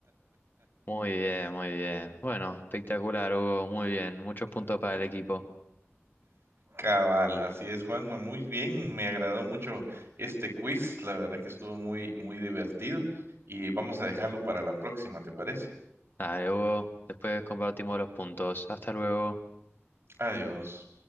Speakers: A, on the left (about 45°); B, on the right (about 55°).
A: Muy bien, muy bien. Bueno, espectacular, Hugo. Muy bien. Muchos puntos para el equipo.
B: cabal, así es, Juanma, muy bien, me agradó mucho este quiz, la verdad que estuvo muy, muy divertido y vamos a dejarlo para la próxima, ¿te parece?
A: Dale, Hugo. Después compartimos los puntos. Hasta luego.
B: Adiós.